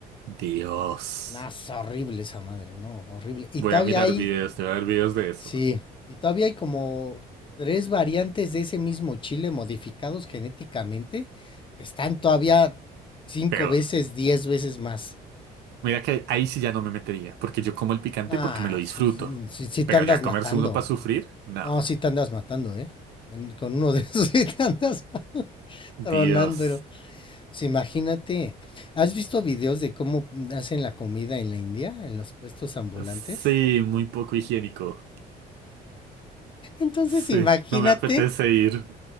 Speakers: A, on the right; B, on the left.
A: Dios.
B: Ah, es horrible esa madre, no, horrible. Y
A: Voy
B: todavía
A: a mirar
B: hay
A: videos, te voy a ver videos de eso.
B: Sí, y todavía hay como tres variantes de ese mismo chile modificados genéticamente que están todavía cinco
A: Peor.
B: veces, diez veces más.
A: Mira que ahí sí ya no me metería, porque yo como el picante
B: Ah,
A: porque me lo disfruto.
B: si, si te
A: Pero
B: andas
A: ya
B: matando.
A: comerse uno para sufrir, no.
B: No, si te andas matando, ¿eh? En- con uno de esos <laughs> si te andas <laughs> pa-
A: Dios.
B: tronándolo. Pues imagínate, ¿has visto videos de cómo hacen la comida en la India, en los puestos ambulantes?
A: Sí, muy poco higiénico.
B: Entonces
A: Sí,
B: imagínate,
A: no me apetece ir.